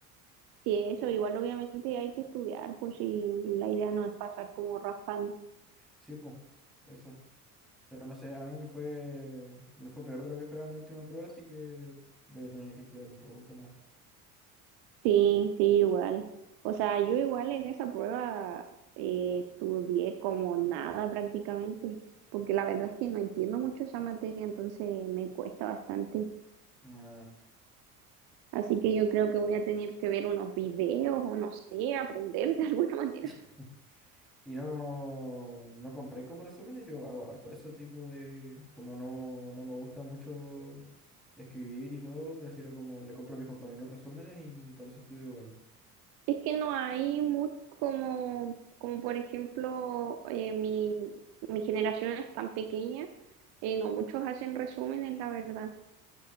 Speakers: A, on the right (about 55°); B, in the centre.
A: sí, eso, igual obviamente hay que estudiar, pues si la idea no es pasar como raspando.
B: Sí, pues, eso. Pero no sé, a mí me fue, me fue peor de lo que esperaba en mi última prueba, así que voy a tener que estudiar un poco más.
A: Sí, sí, igual. O sea, yo igual en esa prueba eh, estudié como nada prácticamente, porque la verdad es que no entiendo mucho esa materia, entonces me cuesta bastante.
B: Ah,
A: Así que yo creo que voy a tener que ver unos videos o no sé, aprender de <laughs> alguna manera.
B: <laughs> Y no, no compré como resúmenes, yo hago harto eso, tipo de, como no, no me gusta mucho escribir y todo, prefiero como le compro a mis compañeros resúmenes y con eso estudio, bueno.
A: Es que no hay mucho como, como por ejemplo, eh, mi, mi generación es tan pequeña, eh, no muchos hacen resúmenes, la verdad.